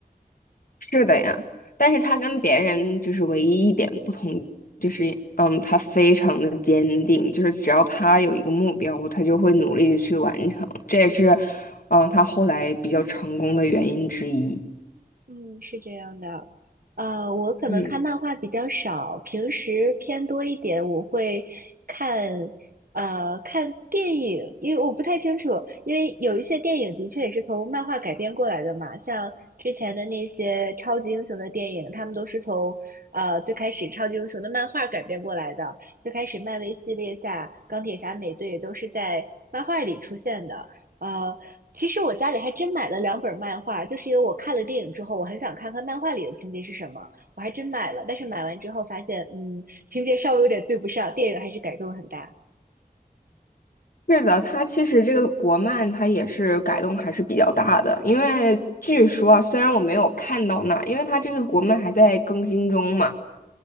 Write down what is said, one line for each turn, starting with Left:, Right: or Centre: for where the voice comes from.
Left: 是的呀，但是他跟别人就是唯一一点不同，就是嗯，他非常的坚定，就是只要他有一个目标，他就会努力的去完成。这也是嗯，他后来比较成功的原因之一。
Right: 嗯，是这样的，呃，我可能看漫画比较少，
Left: 嗯，
Right: 平时偏多一点。我会看，呃，看电影，因为我不太清楚，因为有一些电影的确也是从漫画改编过来的嘛，像之前的那些超级英雄的电影，他们都是从呃最开始超级英雄的漫画改编过来的。最开始漫威系列下，钢铁侠、美队都是在漫画里出现的。呃。其实我家里还真买了两本漫画，就是因为我看了电影之后，我很想看看漫画里的情节是什么，我还真买了。但是买完之后发现，嗯，情节稍微有点对不上，电影还是改动很大。
Left: 是的，他其实这个国漫他也是改动还是比较大的，因为据说啊，虽然我没有看到那，因为他这个国漫还在更新中嘛。